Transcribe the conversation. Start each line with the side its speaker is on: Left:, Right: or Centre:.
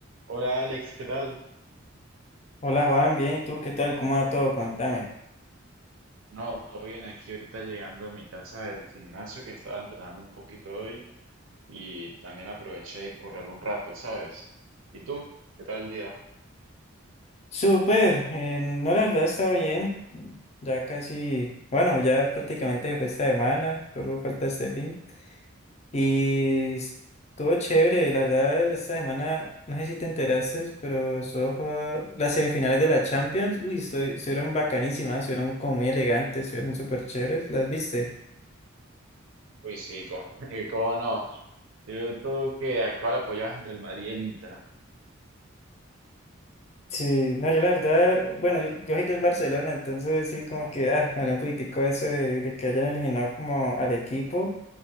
Right: Hola Alex, ¿qué tal?
Left: Hola Juan, bien, ¿y tú qué tal? ¿Cómo va todo? Cuéntame.
Right: No, todo bien aquí ahorita llegando a mi casa del gimnasio que estaba entrenando un poquito hoy y también aproveché de correr un rato, ¿sabes? ¿Y tú? ¿Qué tal el día?
Left: Súper, eh, no, la verdad estaba bien, ya casi, bueno, ya prácticamente fue esta semana, solo falta este fin. Y estuvo chévere, la verdad, esta semana, no sé si te enteraste, pero estuvo, jugada- las semifinales de la Champions, uy, estu- estuvieron bacanísimas, estuvieron como muy elegantes, estuvieron súper chéveres, ¿las viste?
Right: Uy, sí, co- <laughs> ¿cómo no? Tú, tú que acá la apoyabas entre el Madrid y el Inter.
Left: Sí, no, yo la verdad, bueno, yo, yo soy del Barcelona, entonces sí, como que, ah, me dolió un poquitico eso de, de que hayan eliminado como al equipo,